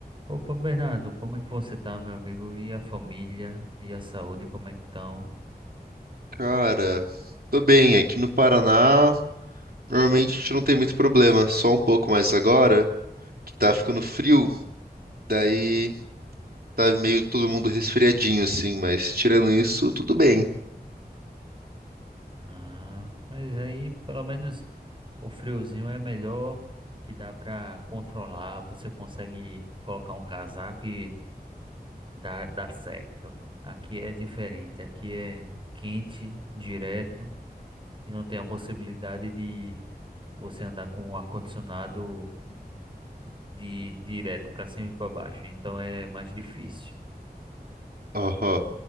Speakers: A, on the right (about 30°); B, on the right (about 65°).
A: Opa, Bernardo, como é que você tá, meu amigo? E a família? E a saúde, como é que estão?
B: Cara, tô bem. Aqui no Paraná, normalmente a gente não tem muito problema, só um pouco mais agora, que tá ficando frio, daí tá meio todo mundo resfriadinho assim, mas tirando isso, tudo bem.
A: Ah, mas aí pelo menos o friozinho é melhor que dá pra controlar. Você consegue colocar um casaco e dá, dá certo. Aqui é diferente, aqui é quente, direto, e não tem a possibilidade de você andar com o ar-condicionado de direto pra cima e pra baixo. Então é mais difícil.
B: Aham.